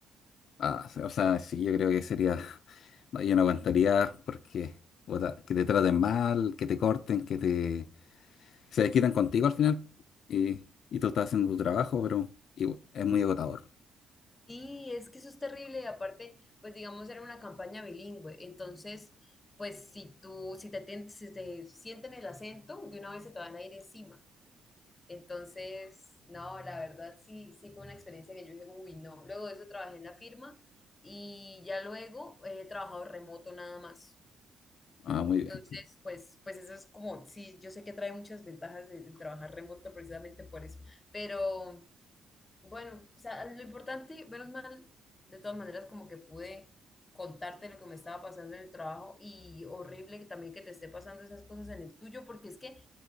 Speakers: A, on the left; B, on the left.
A: Ah, o sea, sí, yo creo que sería, <laughs> no, yo no aguantaría porque puta, que te traten mal, que te corten, que te se desquitan contigo al final y, y tú estás haciendo tu trabajo, pero igual, es muy agotador.
B: Sí, es que eso es terrible y aparte, pues digamos, era una campaña bilingüe, entonces, pues si tú, si te, tien- si te sienten el acento, de una vez se te van a ir encima. Entonces, no, la verdad sí, sí fue una experiencia que yo dije, uy, no. Luego de eso trabajé en la firma y ya luego he trabajado remoto nada más.
A: Ah, muy bien.
B: Entonces, pues, pues eso es como, sí, yo sé que trae muchas ventajas de, de trabajar remoto precisamente por eso, pero... Bueno, o sea, lo importante, menos mal, de todas maneras, como que pude contarte lo que me estaba pasando en el trabajo y horrible que también que te esté pasando esas cosas en el tuyo, porque es que